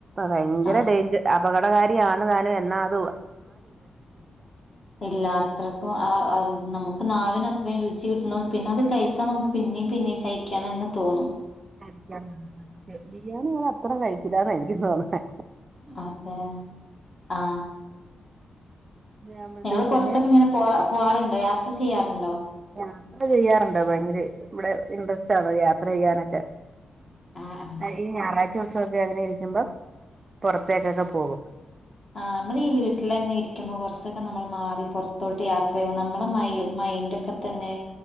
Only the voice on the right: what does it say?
ഭയങ്കര
ഡെയിഞ്ചർ അപകടകാരിയാണ് താനും ണം
കഴിക്കാേ ബിരിയാണി ഞാൻ അത്രം കഴിക്കില്ലാന്ന എനിക്ക് തോന്നെ
ആകുമ്പോഴത്തേക്ക്
പിന്നെ
യാത്ര ചെയ്യാറുണ്ട് ഭയങ്കര ഇവിടെ ഇൻട്രസ്റ്റ് ആണ് യാത്ര ചെയ്യാനൊക്കെ
അ ഈ ഞായറാഴ്ച വെറുതെ അങ്ങനെ ഇരിക്കുമ്പം പുറത്തേക്കൊക്കെ പോകും